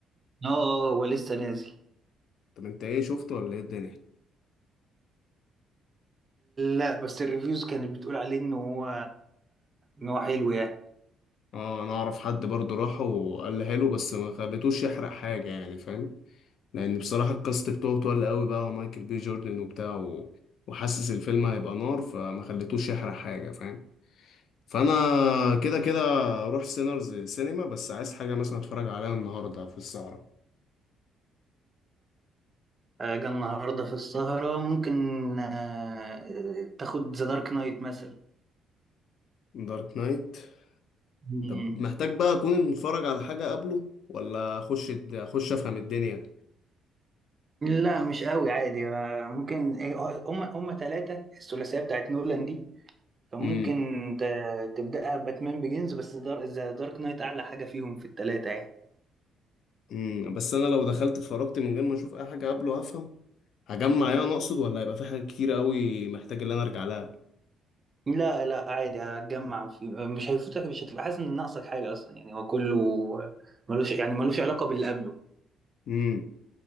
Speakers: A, on the right (about 30°); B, on the left (about 65°).
A: اه آه، هو لسه نازل
B: طب انت ايه شفته ولا ايه الدنيا
A: لا بس الريفيوز كانت بتقول عليه ان هو ان هو حلو يعني
B: اه انا اعرف حد برضه راح وقال له حلو بس ما خليتوش يحرق حاجه يعني فاهم لان بصراحه الكاست بتوعه تقل قوي بقى ومايكل بي جوردن وبتاع و... وحاسس الفيلم هيبقى نار فما خليتوش يحرق حاجه فاهم فانا كده كده اروح سينرز سينما بس عايز حاجه مثلا اتفرج عليها النهارده في السهره
A: آه، جه النهارده في السهرة ممكن آه، تاخد ذا دارك نايت مثلا
B: دارك نايت
A: مم.
B: طب محتاج بقى اكون اتفرج على حاجه قبله ولا اخش الد- اخش افهم الدنيا
A: لا مش قوي عادي آه، ممكن هم هم ثلاثة الثلاثية بتاعت نولان دي فممكن
B: امم
A: ت- تبدأها باتمان بيجنز بس دار ذا دارك نايت أعلى حاجة فيهم في التلاتة يعني
B: امم بس انا لو دخلت اتفرجت من غير ما اشوف اي حاجه قبله هفهم هجمع ايه انا اقصد ولا هيبقى في حاجات كتير قوي محتاج ان انا ارجع لها
A: لا لا عادي هتجمع في مش هيفوتك مش هتبقى حاسس إن ناقصك حاجة أصلا يعني هو كله ملوش يعني ملوش علاقة باللي قبله
B: امم